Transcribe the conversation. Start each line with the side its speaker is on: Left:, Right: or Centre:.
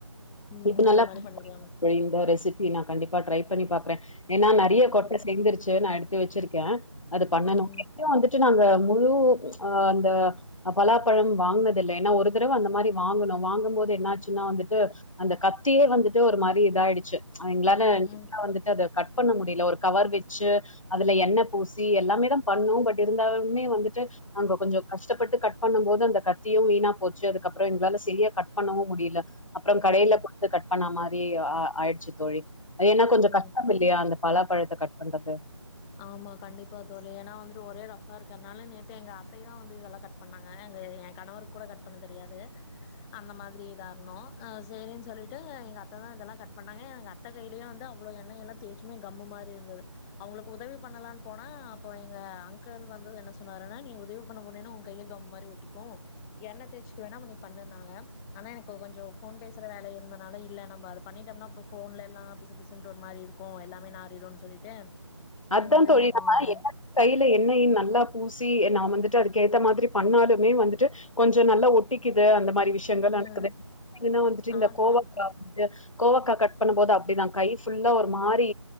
Centre: ம்
Left: இப்ப நல்லா
Centre: அது மாரி பண்ணிக்கலாம்
Left: இந்த ரெசிபி நான் கண்டிப்பா டரை பண்ணி பாக்குறேன் ஏன்னா நிறைய கொட்டை
Centre: அதுதா
Left: சேந்துருச்சு நான் எடுத்து வச்சிருக்கேன் அது பண்ணனு
Centre: ம்
Left: வந்துட்டு நாங்க முழு அந்த பலாப்பழம் வாங்கினத இல்லை ஏன்னா ஒரு தடவை அந்த மாரி வாங்கணும் வாங்க போது என்னாச்சுன்னா வந்துட்டு அந்த கத்தியே வந்துட்டு ஒரு மாரி இதாயிடுச்சு அவங்களானா
Centre: ம் ம்
Left: வந்துட்டு அது கட் பண்ண முடியல ஒரு கவர் வச்சு அதுல எண்ணெய பூசி எல்லாமே தான் பண்ணோம் பட் இருந்தாலமே வந்துட்டு நாங்க கொஞ்சம் கஷ்டப்பட்டு கட் பண்ணும் போது அந்த கத்தியும் வீணா போச்சு அதுக்கப்புறம் எங்களால சொ கட் பண்ணவும் முடியல அப்புறம் கடையில
Centre: ம்
Left: கொடுத்து கட் பண்ணாமா ஆயிடுச்சு தோழி ஏன்னா கொஞ்சம் கஷ்டம்
Centre: ம்
Left: இல்லையா அந்த பலாப்பழத்தை கட் பண்றது
Centre: ஆமா கண்டிப்பா தோழி ஏன்னா வந்துட்டு ஒரே ரஃபா இருக்கிறதுனால நேத்து எங்க அத்தைையதான் வந்து இதெல்லாம் கட் பண்ணாங்க எங்க என் கணவருக்கு கூட கட் பண்ண தெரியாது அந்த மாரி இதா இருந்தும் சரின்னு சொல்லிட்டு எங்க அத்தைான் இதெல்லாம் கட்ட பண்ணாங்க எங்க அத்த கையிலேயு வந்து அவ்ள எண்ண எல்லாம் தேயச்சுமே கம் மாரி இருந்தது அவங்களுக்கு உதவி பண்ணலான்னு போனா அப்போ எங்க அங்கிள் வந்து என்ன சொன்னாருன்னா நீ உதவி பண்ண போனன்னா உங்க கையே கம் மாதிரி ஒட்டிக்கும் என்ண்ணனய்சுிட்டு வேணா நீ பண்ணிருந்தாங்க ஆனா எனக்கு கொஞ்சம் ஃபோன் பேசுற வேலை இருந்தனால இல்லை நம்ம அதை பண்ணிட்டோம்னா அப்புறம் போபன்ல எல்லாம் பிசு பிசுனுட்டு ஒரு மாதிரி இருக்கும் எல்லாமே நாறிடும்ம்ன்னனு சொல்லிட்டு சரிங்க
Left: அதுதான்
Centre: அதா
Left: தொழில்
Centre: நீங்க பண்ணுங்க
Left: நாம என்ன கையில என்னையும் நல்லா பூசி நான் வந்து ட்டு அதுக்கு ஏத்த மாதிரி பண்ணாலுமே வந்துட்டு கொஞ்சம் நல்லா ஒட்டிக்குது அந்த மாரி விஷயங்கள் நடக்குதுன்னா
Centre: ம்
Left: வந்துட்டு இந்த
Centre: ஆமா
Left: கோவாந்து கோவக்கா கட் பண்ணும்ப போது அப்படிதான் கை ஃபுல்லா ஒரு மாறி